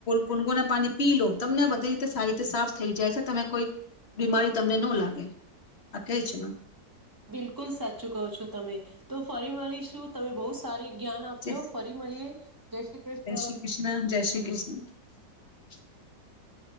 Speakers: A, on the left; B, on the right.
A: ગુનગુ ના પાણી પી લો તમને બધી રીતે સારી રીતે સાફ થઈ જાય છે તમે કોઈ બીમારી તમને ન લાગે આ કે છે મમ
B: બિલકુલ સાચું કહો છો તમે તો ફરી મળીશું તમે બહુ સારી જ્ઞાન આપ્યો
A: જય
B: ફરી મળીએ જય શ્રી કૃષ્ણ
A: શ્રી કૃષ્ણ જય શ્રી કૃષ્ણ <inaudible>